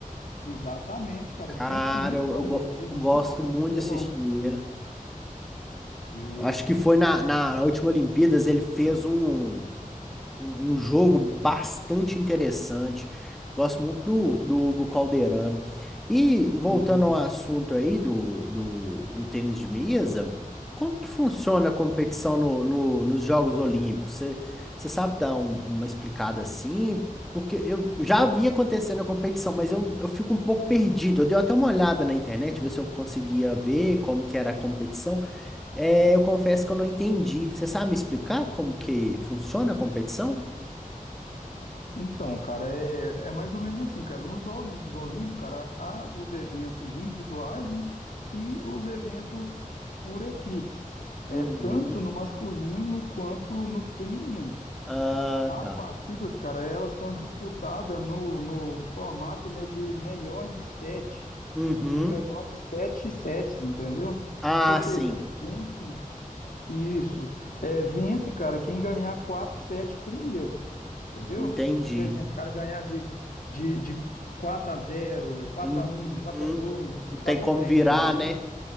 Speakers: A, on the left (about 70°); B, in the centre.
A: Exatamente, cara.
B: Cara,
A: Eu sempre fui muito
B: eu,
A: fã
B: eu go-
A: dele, muito
B: eu gosto
A: bom.
B: muito
A: Ele
B: de assistir
A: é bom.
B: ele.
A: Isso.
B: Eu acho que foi na, na última Olimpíadas, ele fez um. um um jogo bastante interessante. Gosto muito do, do Hugo Calderano. E voltando
A: Uhum.
B: ao assunto aí do, do, do tênis de mesa, como que funciona a competição no, no- nos Jogos Olímpicos? Você você sabe dar um- uma explicada assim? Porque eu já vi acontecendo a competição, mas eu, eu fico um pouco perdido. Eu dei até uma olhada na internet, ver se eu conseguia ver como que era a competição. É, eu confesso que eu não entendi. Você sabe me explicar como que funciona a competição?
A: Então, cara, é, é mais ou menos assim, cara. Nos Jogos Olímpicos, cara, há os eventos individuais, né? E os eventos por equipes. É
B: Uhum.
A: tanto no masculino quanto no feminino.
B: Ah,
A: As
B: tá.
A: partidas, cara, elas são disputadas no, no formato, né, de melhor de sete.
B: Uhum.
A: No melhor de sete sets, entendeu?
B: Ah,
A: Ou seja,
B: sim.
A: vence isso. É, vence, cara, quem ganhar quatro sets primeiro. Entendeu?
B: Entendi.
A: Por exemplo, o cara ganhar de, de, de 4 a zero, quatro
B: En-
A: a um, 4
B: Uhum.
A: a 2,
B: Não
A: 4
B: tem como
A: a 3,
B: virar,
A: entendeu?
B: né?